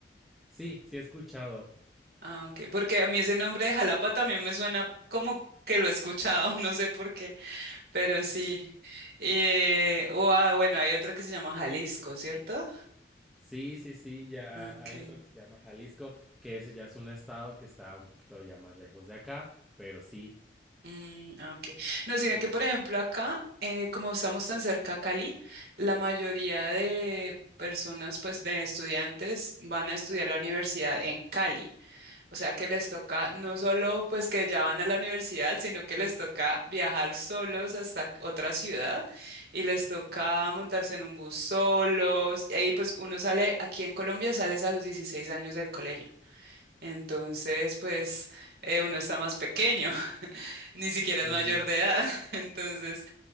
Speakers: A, in the centre; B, on the right (about 60°).
A: Sí, sí he escuchado.
B: Ah, ok, porque a mí ese nombre de Jalapa también me suena como que lo he escuchado, <laughs> no sé por qué, pero sí. Eh, o, ah, bueno, hay otra que se llama Jalisco, ¿cierto?
A: Sí, sí, sí, ya
B: Ah, Okay.
A: hay otro que se llama Jalisco, que ese ya es un estado que está un poquito ya más lejos de acá, pero sí.
B: Mm, ah, ok. No, sino
A: Sí.
B: que, por ejemplo, acá, eh, como estamos tan cerca a Cali, la mayoría de personas, pues, de estudiantes van a estudiar la universidad en Cali. O sea que les toca no solo pues que ya van a la universidad, sino que les toca viajar solos hasta otra ciudad y les toca montarse en un bus solos. Y ahí pues uno sale, aquí en Colombia sales a los 16 años del colegio. Entonces pues eh, uno está más pequeño, <laughs> ni siquiera
A: Sí.
B: es mayor de edad. <laughs> Entonces